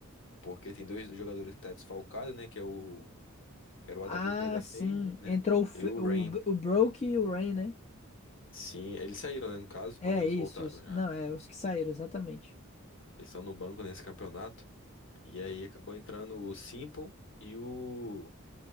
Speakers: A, on the left; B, on the left.
A: Porque tem dois jogadores que tá desfalcado, né, que é o, que era o
B: Ah,
A: AWP da FaZe,
B: sim.
A: né,
B: Entrou o, Fe-
A: e o
B: o,
A: Rain.
B: B- o Broke e o Rain, né?
A: Sim, eles saíram, né, no caso,
B: É
A: ou eles
B: isso,
A: voltaram
B: isso.
A: já.
B: Não, é os que saíram, exatamente.
A: Eles estão no banco nesse campeonato. E aí acabou entrando o Simple e o,